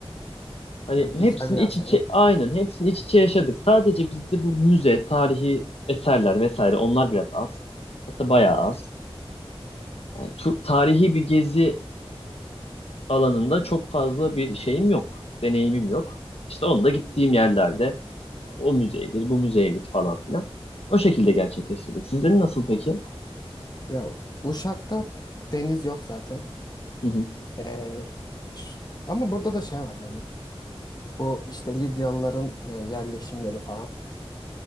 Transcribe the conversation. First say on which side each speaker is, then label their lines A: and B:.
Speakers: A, on the left; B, on the left.
A: Hani
B: Böyle güzel
A: hepsini
B: yaz
A: iç içe, aynen hepsini iç içe yaşadık. Sadece bizde bu müze, tarihi eserler vesaire onlar biraz az. Hatta bayağı az. Yani tu- tarihi bir gezi alanında çok fazla bir şeyim yok. Deneyimim yok. İşte onda gittiğim yerlerde o müzeye gir, bu müzeye git falan filan. O şekilde gerçekleştirdik. Sizin nasıl peki?
B: Ya Uşak'ta deniz yok zaten.
A: Hı hı.
B: Ee, ç- ama burada da şey var böyle. Bu işte Lidyalıların e, yerleşim yeri falan.